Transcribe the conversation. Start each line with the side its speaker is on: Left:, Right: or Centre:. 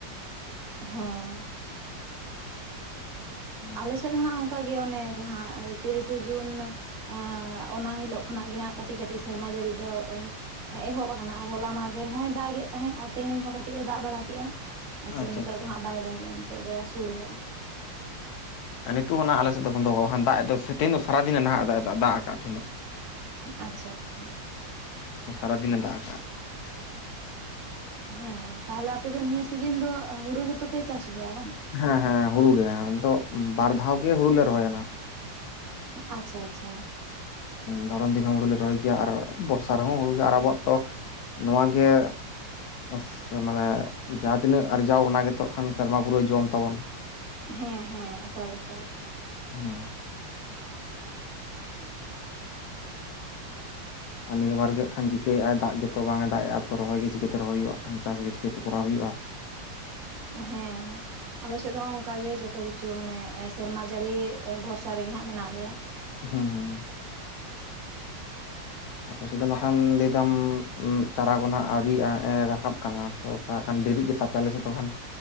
Right: ᱦᱚᱸ᱾
Left: ᱦᱩᱸ
Right: ᱟᱞᱮ ᱥᱮᱫ ᱦᱚᱸ ᱱᱟᱦᱟᱜ ᱚᱱᱠᱟ ᱜᱮ ᱚᱱᱮ ᱡᱟᱦᱟᱸ ᱛᱤᱨᱤᱥᱮ ᱡᱩᱱᱼᱼ ᱟᱻ ᱚᱱᱟ ᱦᱤᱞᱚᱜ ᱠᱷᱚᱱᱟᱜ ᱜᱮ ᱦᱟᱸᱜ ᱠᱟᱹᱴᱤᱡ ᱠᱟᱹᱴᱤᱡ ᱥᱮᱨᱢᱟ ᱡᱟᱹᱲᱤ ᱫᱚ ᱚᱦᱚ ᱮᱦᱚᱵ ᱟᱠᱟᱱᱟ ᱟᱨ ᱦᱚᱞᱟ ᱢᱟᱦᱫᱷᱮᱨ ᱦᱚᱸᱭ ᱫᱟᱜᱮᱫ ᱛᱟᱦᱮᱸᱫ ᱟᱨ ᱛᱮᱦᱮᱧ ᱦᱚᱸ ᱠᱟᱹᱴᱤᱡ ᱮ ᱫᱟᱜ ᱵᱟᱲᱟ ᱠᱮᱜᱼᱟ᱾ ᱟ ᱛᱚ
Left: ᱟᱪᱪᱷᱟ
Right: ᱱᱤᱛᱚᱜ
Left: ᱟᱪᱪᱷᱟ
Right: ᱫᱚ ᱦᱟᱸᱜ ᱵᱟᱭ ᱫᱟᱜᱮᱜᱼᱟ᱾ ᱱᱤᱛᱚᱜ ᱫᱚᱭ ᱟᱥᱳᱲ ᱟᱠᱟᱫᱼᱟ᱾
Left: ᱦᱮ ᱱᱤᱛᱚᱜ ᱱᱷᱟᱜ ᱟᱞᱮ ᱥᱮᱫ ᱫᱚ ᱵᱚᱱᱫᱚ, ᱵᱟᱠᱷᱟᱱ ᱫᱟᱜ ᱮᱫ ᱫᱚᱭ ᱥᱮ ᱛᱮᱦᱮᱧ ᱫᱚ ᱥᱟᱨᱟ ᱫᱤᱱᱟᱭ ᱱᱷᱟᱜ, ᱫᱟᱜ ᱮ ᱫᱟᱜ ᱮᱫᱟ, ᱫᱟᱜ ᱟᱠᱟᱫ-ᱟ ᱛᱮᱦᱮᱧ ᱫᱚ᱾
Right: ᱟᱪᱪᱷᱟ ᱟᱪᱪᱷᱟ᱾
Left: ᱥᱟᱨᱟ ᱫᱤᱱ ᱮ ᱫᱟᱜ ᱟᱠᱟᱫ-ᱟ᱾
Right: ᱦᱮᱸ ᱛᱟᱦᱞᱮ ᱟᱯᱮ ᱫᱚ ᱱᱤᱭᱟᱹ ᱥᱤᱡᱤᱱ ᱫᱚ ᱦᱩᱲᱩ ᱜᱮ ᱛᱚᱯᱮ ᱪᱟᱥ ᱜᱮᱭᱟ ᱵᱟᱝ?
Left: ᱦᱮᱸ ᱦᱮᱸ, ᱦᱩᱲᱩ ᱜᱮ, ᱟᱫᱚ ᱵᱟᱨ ᱫᱷᱟᱣ ᱜᱮ ᱦᱩᱲᱩ ᱞᱮ ᱨᱚᱦᱚᱭᱟ ᱱᱷᱟᱜ᱾
Right: ᱟᱪᱪᱷᱟ ᱟᱪᱪᱷᱟ᱾
Left: ᱫᱷᱚᱨᱚᱱ ᱫᱤᱱ ᱦᱚᱸ ᱦᱩᱲᱩᱞᱮ ᱨᱚᱦᱚᱭ ᱜᱮᱭᱟ ᱟᱨ ᱵᱚᱨᱥᱟ ᱨᱮᱦᱚᱸ ᱦᱩᱲᱩ ᱜᱮ ᱟᱨ ᱟᱵᱚᱣᱟᱜ ᱛᱚ ᱱᱚᱶᱟ ᱜᱮ <unintelligible> ᱢᱟᱱᱮ ᱡᱟᱦᱟᱸ ᱛᱤᱱᱟᱹᱜ ᱟᱨᱡᱟᱣ ᱚᱱᱟ ᱜᱮᱛᱚᱜ ᱠᱷᱟᱱ ᱥᱮᱨᱢᱟ ᱯᱩᱨᱟᱹᱣ ᱡᱚᱢ ᱛᱟᱵᱚᱱ᱾
Right: ᱦᱮᱸ ᱦᱮᱸ ᱮᱠᱟᱞ ᱮᱠᱟᱞ᱾
Left: ᱦᱩᱸ᱾
Right: <unintelligible>
Left: ᱟᱨ ᱱᱤᱭᱟᱹ ᱵᱟᱨ ᱜᱮ ᱠᱷᱟᱱ ᱪᱤᱠᱟᱹᱭᱮᱜ ᱟᱭ ᱫᱟᱜ ᱜᱮ ᱛᱚ ᱵᱟᱝ ᱮ ᱫᱟᱜᱮᱜᱼᱟ᱾ ᱛᱚ ᱨᱚᱦᱚᱭ ᱜᱮ ᱪᱤᱠᱟᱹᱛᱮ ᱨᱚᱦᱚᱭ ᱦᱩᱭᱩᱜ-ᱟ? ᱠᱷᱟᱱ ᱪᱟᱥ ᱜᱮ ᱪᱤᱠᱟᱹᱛᱮ ᱠᱚᱨᱟᱣ ᱦᱩᱭᱩᱜᱼᱟ?
Right: ᱦᱮᱸ᱾ ᱟᱞᱮ ᱮᱥᱮᱫ ᱦᱚᱸ ᱚᱱᱠᱟᱜ ᱜᱮ ᱡᱚᱛᱚ ᱠᱤᱪᱷᱩ ᱢᱟᱱᱮ ᱥᱮᱨᱢᱟ ᱡᱟᱹᱲᱤ ᱮ ᱵᱷᱚᱨᱥᱟ ᱨᱮᱜᱮ ᱦᱟᱸᱜ ᱢᱮᱱᱟᱜ ᱞᱮᱭᱟ᱾
Left: ᱦᱩᱸ ᱦᱩᱸ᱾ ᱟᱯᱮ ᱥᱮᱫ ᱫᱚ ᱮᱱᱠᱷᱟᱱ ᱞᱟᱹᱭᱫᱟᱢ ᱩᱸ ᱪᱟᱨᱟ ᱠᱚ ᱱᱷᱟᱜ ᱟᱹᱣᱨᱤᱭᱟᱜ-ᱟ ᱮ ᱨᱟᱠᱟᱵ ᱠᱟᱱᱟ᱾ ᱛᱚ ᱚᱱᱠᱟ ᱠᱷᱟᱱ ᱰᱮᱨᱤᱜ ᱜᱮ ᱛᱟᱯᱮ ᱟᱞᱮ ᱥᱮᱫ ᱠᱚ ᱠᱷᱟᱱ᱾